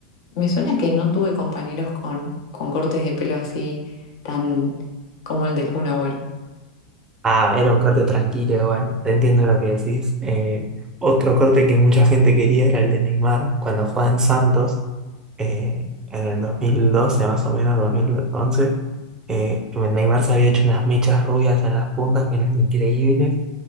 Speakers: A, on the left (about 70°); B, on the right (about 20°).
A: me suena que no tuve compañeros con, con cortes de pelo así tan como el del Kun Agüero.
B: Ah, era un corte tranquilo igual, te entiendo lo que decís. Eh, otro corte que mucha gente quería era el de Neymar, cuando jugaba en Santos, eh, en el 2012 más o menos, dos mil once eh, Neymar se había hecho unas mechas rubias en las puntas que eran increíbles,